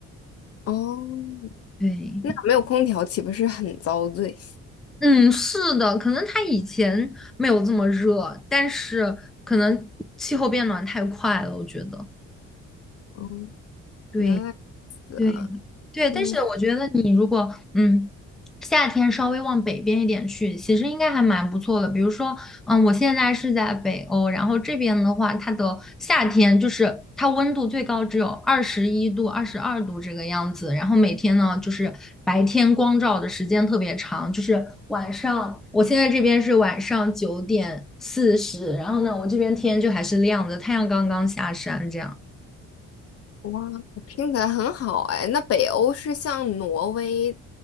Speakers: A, on the left; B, in the centre.
A: 哦，
B: 对，
A: 那没有空调岂不是很遭罪？
B: 嗯，是的，可能它以前没有这么热，但是可能气候变暖太快了，我觉得。
A: 哦，
B: 对
A: 原来如此啊。
B: 对对，
A: 嗯，
B: 但是我觉得你如果嗯夏天稍微往北边一点去，其实应该还蛮不错的。比如说，嗯，我现在是在北欧，然后这边的话，它的夏天就是它温度最高只有二十一度、二十二度这个样子，然后每天呢就是白天光照的时间特别长，就是晚上，我现在这边是晚上九点四十，然后呢，我这边天就还是亮的，太阳刚刚下山这样。
A: 哇，听起来很好哎。那北欧是像挪威